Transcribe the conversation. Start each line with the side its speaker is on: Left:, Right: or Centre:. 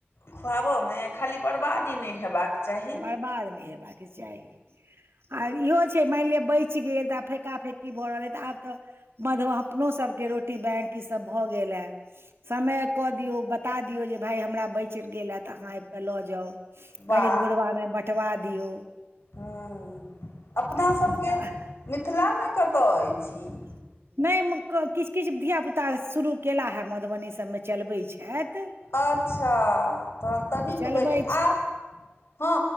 Left: खुआबऽमें खाली बर्बादी नइ हेबाक। चाही
Right: बर्बाद नइ हेबाऽक चाही। आब इहो छै, मानि लिअ बचि गेल तऽ आब फेंका फेंकी भऽ रहल अय तऽ आब तऽ मधवा अपनो सबके रोटी बैंक ईसब भऽ गेल ऐं। समय कऽ दियौ बता दियौ जे भाय हमरा बैंचर गेल ए तऽ अहाँ आबि कऽ लऽ जाउ
Left: बा
Right: गरीब गुरबामे बँटवा दियौ।
Left: हँ अपनासबके
Right: हँ तऽ
Left: मिथिलामे कतऽ अछि इ।
Right: <unintelligible> नहि म क किछ-किछ धियापुत्ता शुरू केला हैं मधुबनी सबमे चलबै छैथ।
Left: अच्छा तहन तऽनीक
Right: चलबै
Left: भेलै आब। हँ